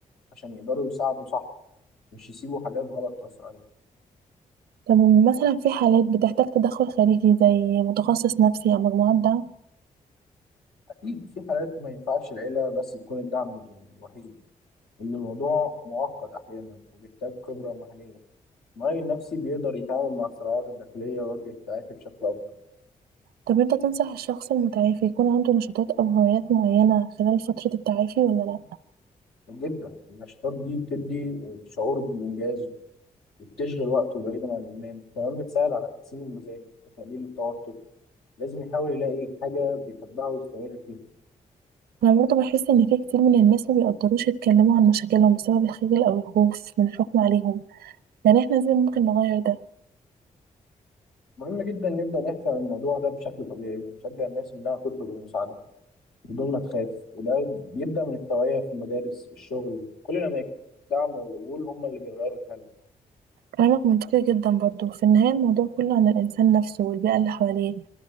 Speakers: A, on the left (about 80°); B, on the right (about 80°).
A: عشان يقدروا يساعدوا صح مش يسيبوا حاجات غلط تأثر عليهم
B: طب مثلا في حالات بتحتاج تدخل خارجي زي متخصص نفسي أو مجموعة دعم
A: أكيد في حالات ما ينفعش العيلة بس تكون الدعم الوحيد إن الموضوع معقد أحيانا وبيحتاج خبرة مهنية المعالج النفسي بيقدر يتعامل مع الصراعات الداخلية ويوجه التعافي بشكل أفضل
B: طب أنت تنصح الشخص المتعافي يكون عنده نشاطات أو هوايات معينة خلال فترة التعافي ولا لأ؟
A: جدا النشاطات دي بتدي شعور بالإنجاز وبتشغل وقته بعيدا عن الإدمان كمان بتساعد على تحسين المزاج وتقليل التوتر لازم يحاول يلاقي حاجة بيحبها ويستمر فيها
B: أنا برضه بحس إن في كتير من الناس ما بيقدروش يتكلموا عن مشاكلهم بسبب الخجل أو الخوف من الحكم عليهم يعني إحنا إزاي ممكن نغير ده؟
A: مهم جدا نبدأ نحكي عن الموضوع ده بشكل طبيعي ونشجع الناس إنها تطلب المساعدة بدون ما تخاف وده بيبدأ من التوعية في المدارس الشغل كل الأماكن الدعم والقبول هم اللي بيغيروا الحالة
B: كلامك منطقي جدا برضه في النهاية الموضوع كله عن الإنسان نفسه والبيئة اللي حواليه